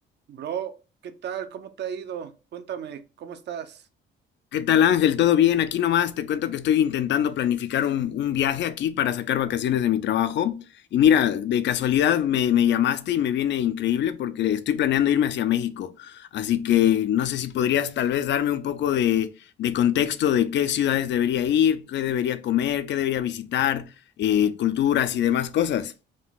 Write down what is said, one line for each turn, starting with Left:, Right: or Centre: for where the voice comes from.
Right: Bro, ¿qué tal? ¿Cómo te ha ido? Cuéntame, ¿cómo estás?
Left: ¿Qué tal Ángel? ¿Todo bien? Aquí nomás te cuento que estoy intentando planificar un, un viaje aquí para sacar vacaciones de mi trabajo. Y mira, de casualidad me, me llamaste y me viene increíble porque estoy planeando irme hacia México. Así que no sé si podrías tal vez darme un poco de, de contexto de qué ciudades debería ir, qué debería comer, qué debería visitar, eh, culturas y demás cosas.